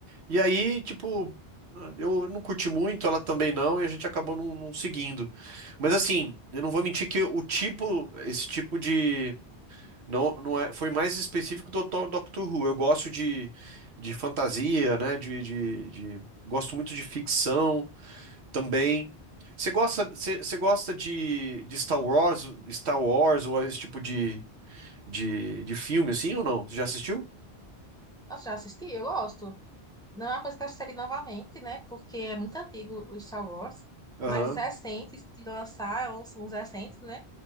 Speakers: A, on the right; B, in the centre.
A: E aí, tipo, eu não curti muito, ela também não, e a gente acabou não, não seguindo. Mas assim, eu não vou mentir que o tipo, esse tipo de. Não, não é, foi mais específico do Dr Doctor Who. Eu gosto de, de fantasia, né? De, de, de- gosto muito de ficção também. Você gosta, você, você gosta de, de Star Wars, Star Wars ou esse tipo de, de, de filme, assim, ou não? Você já assistiu?
B: Nossa, já assisti? Eu gosto. Não é uma coisa que eu assistiria novamente, né? Porque é muito antigo o Star Wars.
A: Aham.
B: Mas os recentes, de lançar, uns, uns recentes, né?